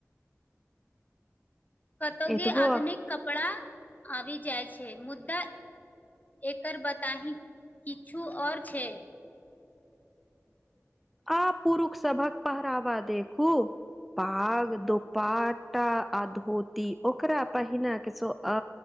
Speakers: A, on the left; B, in the centre.
A: कतौगी
B: एतगो
A: आधुनिक कपड़ा आबी जाइ छै मुद्दा एकर बताहि किछु आओर छै
B: आ पुरुष सभक पहरावा देखू पाग दुपाटा आ धोती ओकरा पहिना केँ सो अ